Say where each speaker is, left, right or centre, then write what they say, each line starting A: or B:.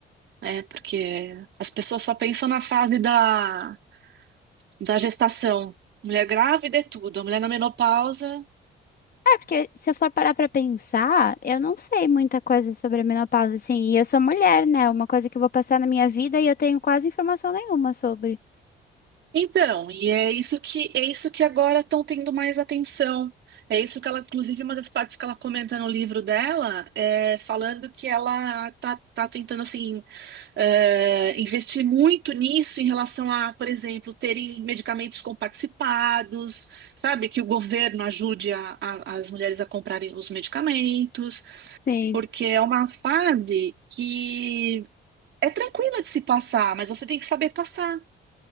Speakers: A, on the right; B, on the left.
A: né? Porque as pessoas só pensam na fase da, da gestação. Mulher grávida é tudo, a mulher na menopausa.
B: É, porque se eu for parar pra pensar, eu não sei muita coisa sobre a menopausa, assim. E eu sou mulher, né? É Uma coisa que eu vou passar na minha vida e eu tenho quase informação nenhuma sobre.
A: Então, e é isso que é isso que agora estão tendo mais atenção. É isso que ela, inclusive, uma das partes que ela comenta no livro dela é falando que ela tá, tá tentando assim é, investir muito nisso em relação a, por exemplo, terem medicamentos comparticipados, sabe? Que o governo ajude a- a- as mulheres a comprarem os medicamentos,
B: Sim.
A: porque é uma fase que é tranquila de se passar, mas você tem que saber passar,